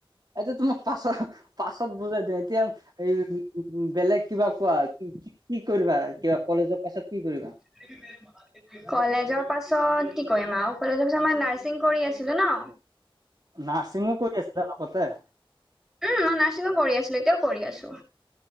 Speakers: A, on the right; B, in the centre.
A: এটো তোমাক পাছৰ পাছত বুজাই দিম এতিয়া এই বেলেগ কিবা কোৱা কি কি কি কৰিবা কিবা কলেজৰ পাছত কি কৰিবা
B: <unintelligible> কলেজৰ পাছত কি কৰিম আও কলেজৰ পাছত মই নাৰ্ছিং কৰি আছিলো ন।
A: নাৰ্ছিংঙো কৰি আছিলা লগতে।
B: উম মই নাৰ্ছিঙো কৰি আছিলোঁ। এতিয়াও কৰি আছোঁ।